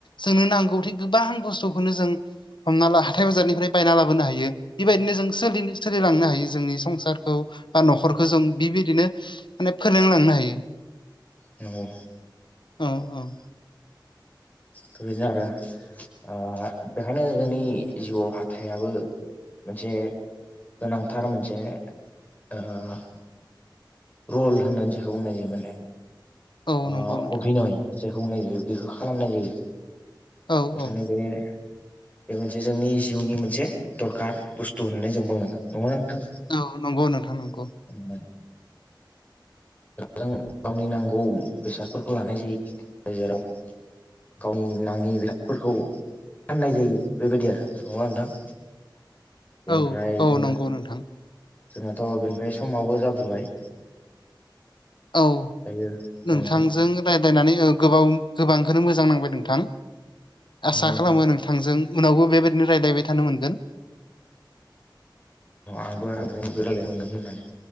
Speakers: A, on the left (about 70°); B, on the left (about 20°).
A: जोंनो नांगौथिे गोबां बुस्थुखौनो जों हमना ला हाथाय बाजारनिफ्राय बायना लाबोनो हायो। बेबायदिनो जों सोलि सोलिलांनो हायो जोंनि संसारखौ बा न'खरखौ जों बेबायदिनो माने फोरोंलांनो हायो।
B: नंगौ।
A: औ औ।
B: बेबायदिनो आरो ओ बेखायनो जोंनि जिउआव हाथाइयाबो मोनसे गोनांथार मोनसे ओ रल होननानै जायखौ बुंनाय जायो माने
A: औ
B: ओ
A: नंगौ नोंथां
B: अभिनय। जायखौ होननाय जायो बेखौ खालामनाय जायो बेखायनो
A: औ औ
B: बे बे मोनसे जोंनि जिउनि मोनसे दरखार बुस्थु होननानै जों बुंनांगोन नंगौना नोंथां?
A: औ नंगौ नोंथां नंगौ।
B: <inaudible> जों गावनि नांगौ बेसादफोरखौ लानाय जायो जेराव गावनि नाङि बिरादफोरखौ फाननाय जायो बेबायदि आरो नङा नोंथां? बेनिफ्राय
A: औ औ
B: जों
A: नंगौ नोंथां
B: जोंनाथ' बेनिफ्राय समाबो जाब्रबाय।
A: औ
B: दायो नोंथां
A: नोंथांजों रायज्लायनानै औ गोबाव गोबांखौनो मोजां नांबाय नोंथां
B: नंगौ
A: आसा
B: नोंथां
A: खालामो नों थांजों उनावबो बेबायदिनो रायज्लायबाय थानो मोनगोन।
B: अ आंबो आंजों रायलायनो मोनगोन होननानै